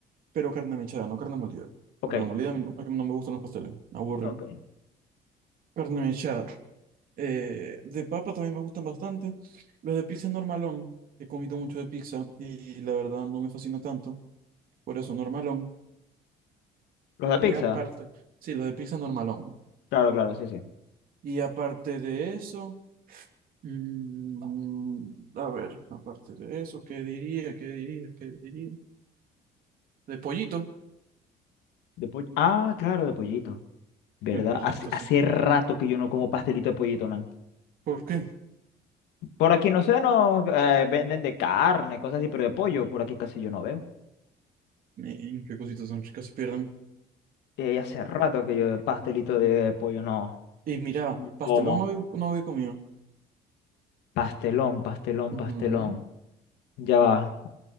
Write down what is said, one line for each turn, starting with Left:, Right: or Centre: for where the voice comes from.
Right: Pero carne mechada, no carne molida.
Left: Ok,
Right: Carne molida a mí no, a mí no me gustan los pasteles, me aburren.
Left: ok.
Right: Carne mechada. Eh, de papa también me gustan bastante. Los de pizza es normalón. He comido mucho de pizza y la verdad no me fascina tanto. Por eso, normalón.
Left: ¿Los de
Right: Y
Left: pizza?
Right: aparte, sí, los de pizza normalón.
Left: Claro, claro, sí, sí.
Right: Y aparte de eso, mm, a ver, aparte de eso, ¿qué diría? ¿Qué diría? ¿Qué diría? De pollito.
Left: De pollo. Ah, claro, de pollito. ¿Verdad?
Right: De pollito,
Left: Hace, hace
Right: sí.
Left: rato que yo no como pastelito de pollito, man.
Right: ¿Por qué?
Left: Por aquí no sé, nos eh, venden de carne, cosas así, pero de pollo por aquí casi yo no veo.
Right: Mm, ¿Qué cositas tan ricas se pierden?
Left: Y hace rato que yo pastelito de pollo no,
Right: Y mira,
Left: no
Right: pastelón
Left: como.
Right: no había, no había comido.
Left: Pastelón, pastelón,
Right: Ujú,
Left: pastelón. Ya va.